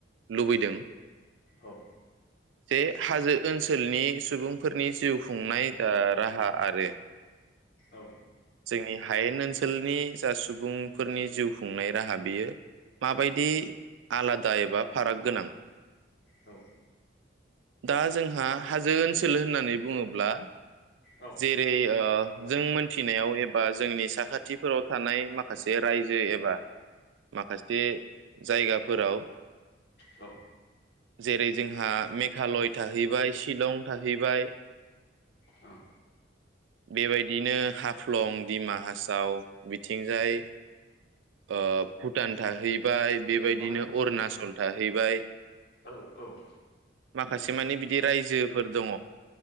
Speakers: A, on the right; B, on the left.
A: लुबैदों।
B: औ।
A: जे हाजो ओनसोलनि सुबुंफोरनि जिउ खुंनाय ओ राहा। आरो
B: औ।
A: जोंनि हायेन ओनसोलनि जा सुबुं फोरनि जिउ खुंनाय राहा बियो माबायदि आलादा एबा फाराग गोनां।
B: औ।
A: दा जोंहा हाजो ओनसोल होननानै बुङोब्ला
B: औ
A: जेरै ओ जों मोनथिनायाव एबा जोंनि साखाथिफोराव थानाय माखासे जे रायजो एबा माखासे जायगाफोराव
B: औ
A: जेरै जोंहा मेघालय थाहैबाय शिलं थाहैबाय।
B: औ
A: बेबायदिनो हाफ्लं दिमा हासाव बिथिंजाय ओ भुटान थाहैबाय। बेबायदिनो
B: औ बे
A: अरुणचलथा हैैबाय।
B: औ औ।
A: माखासे मानि बिदि रायजोफोर दङ।